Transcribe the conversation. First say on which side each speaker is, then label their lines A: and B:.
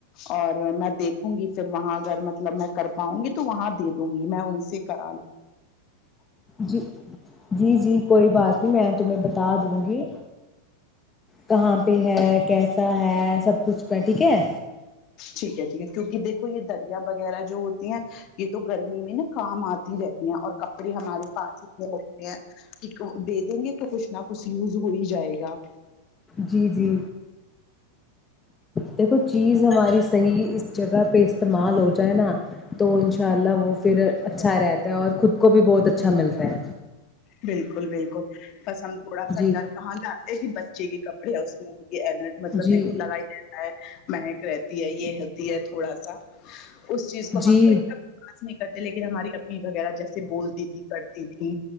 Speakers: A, on the left; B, on the left.
A: اور میں دیکھوں گی پھر وہاں اگر مطلب میں کر پاؤں گی تو وہاں دے دوں گی میں ان سے کر
B: جی جی جی کوئی بات نہیں میں تمہیں بتا دوں گی کہاں پہ ہے کیسا ہے سب کچھ پہ ٹھیک ہے
A: ٹھیک ہے کیونکہ دیکھو یہ دریا وغیرہ جو ہوتی ہیں یہ تو گرمی میں نا کام آتی رہتی ہیں اور کپڑے ہمارے پاس اتنے رہتے ہیں کہ دے دیں گے کہ کچھ نہ کچھ یوز ہو ہی جائے گا
B: جی جی دیکھو چیز ہماری صحیح اس جگہ پہ استعمال ہو جائے نا تو ان ان شاء اللہ وہ پھر اچھا اچھا رہتا ہے اور خود کو بھی بہت اچھا ملتا ہے
A: بالکل بالکل پسند تھوڑا سا
B: جی
A: ڈر کہاں جاتے ہی بچے کے ک ابی اؤس ہے یہ مطلب
B: جی
A: دیکھو لگاائی جاتا ہے مہک رہتی ہے یہ ہوتی ہے تھوڑا سا اس چیز کو
B: جی
A: ہم کو اتنا بس نہیں کرتے لیکن ہماری اپنی وغیرہ جیسے بولتی تھی کرتی تھی